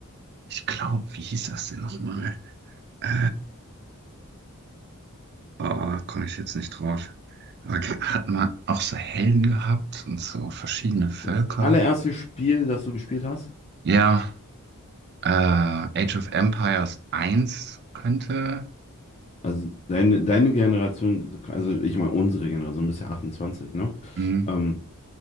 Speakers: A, on the right; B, on the left.
A: Ich glaube, wie hieß das denn nochmal? Äh, oh, komme ich jetzt nicht drauf. Aber ge- hat man auch so Helden gehabt und so verschiedene Völker?
B: das allererste Spiel, das du gespielt hast,
A: Ja, äh, Age of Empires eins könnte.
B: also deine, deine Generation, also ich meine unsere Generation, du bist ja 28, ne?
A: Hm.
B: Ähm,